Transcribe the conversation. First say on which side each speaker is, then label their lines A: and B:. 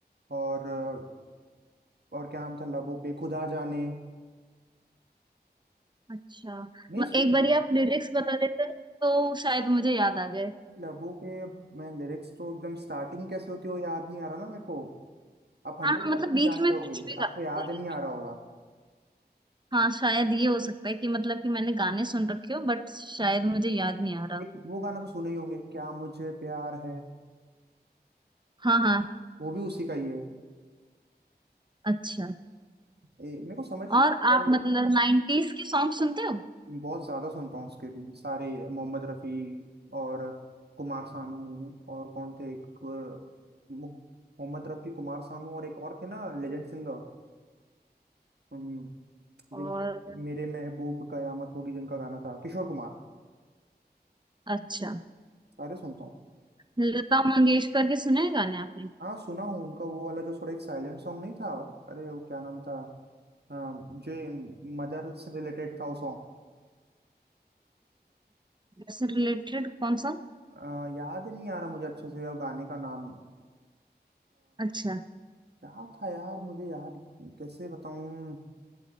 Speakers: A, on the right (about 75°); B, on the right (about 25°).
A: और अ, और क्या नाम था लबों पे खुदा जाने
B: अच्छा
A: नहीं
B: म-
A: सुन
B: एक
A: रहा
B: बारी
A: हूँ
B: आप लिरिक्स बता देते तो शायद मुझे याद आ जाए
A: लबों पे अब मैं लिरिक्स तो एकदम स्टार्टिंग कैसे होती है वो याद नहीं आ रहा ना मेरे को आप हंड्रेड
B: हाँ हाँ, मतलब
A: परसेंट
B: बीच
A: जानते
B: में कुछ
A: होगे
B: भी गा
A: आपको याद
B: बोले
A: नहीं आ रहा होगा
B: हाँ शायद ये हो सकता है कि मतलब कि मैंने गाने सुन रखे हो बट शायद मुझे याद नहीं आ रहा
A: एक वो गाना तो सुने ही होंगे क्या मुझे प्यार है
B: हाँ हाँ
A: वो भी उसी का ही है
B: अच्छा
A: ए, मेरे को समझ में
B: और
A: नहीं-
B: आप मतलब नाइन्टीज के सॉन्ग सुनते हो
A: बहुत ज्यादा सुनता हूँ उसके भी सारे मोहम्मद रफी और कुमार सानू और कौन थे एक अ, मु- मोहम्मद रफी कुमार सानू और एक और थे ना लेजेंड सिंगर हम्म,
B: और
A: जिन मेरे महबूब कयामत होगी जिनका गाना था किशोर कुमार
B: अच्छा
A: सारे सुनता हूँ
B: लता मंगेशकर के सुने हैं गाने आपने
A: हाँ सुना हूँ उनका वो वाला जो थोड़ा एक साइलेंट सॉन्ग नहीं था अरे वो क्या नाम था आ, जो मदर से रिलेटेड था वो
B: उससे रिलेटेड कौन सा
A: सॉन्ग याद नहीं आ रहा मुझे अच्छे से अब गाने का नाम
B: अच्छा
A: क्या था यार मुझे याद कैसे बताऊं